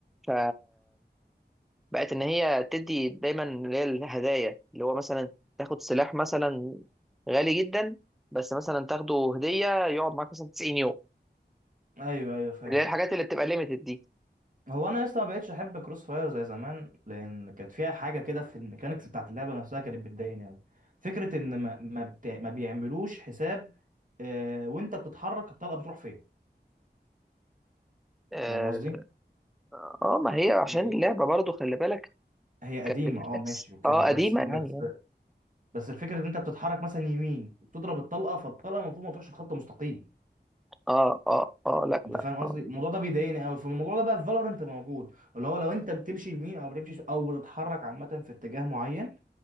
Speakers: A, in the centre; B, on the right.
A: ف بقت ان هي تدي دايما اللي هي الهدايا اللي هو مثلا تاخد سلاح مثلا غالي جدا بس مثلا تاخده هديه يقعد معاك مثلا 90 يوم
B: ايوه ايوه فاهم
A: اللي هي الحاجات اللي بتبقى ليميتد دي
B: هو انا لسه ما بقتش احب كروس فاير زي زمان لان كانت فيها حاجه كده في الميكانيكس بتاعت اللعبه نفسها كانت بتضايقني قوي فكره ان ما ما, بت... ما بيعملوش حساب آه وانت بتتحرك الطلقه بتروح فين
A: اه
B: فاهم قصدي
A: آه، ما هي عشان
B: هي
A: اللعبه برضه خلي بالك
B: هي قديمه
A: كجرافيكس
B: اه ماشي وكده
A: اه
B: بس
A: قديمه
B: بس
A: يعني يعني.
B: بس الفكره ان انت بتتحرك مثلا يمين وبتضرب الطلقه فالطلقه المفروض ما تروحش خط مستقيم
A: اه اه اه لا
B: انت
A: لا
B: فاهم
A: آه.
B: قصدي الموضوع ده بيضايقني قوي فالموضوع ده بقى في فالورنت موجود اللي هو لو انت بتمشي يمين او بتمشي او بتتحرك عامه في اتجاه معين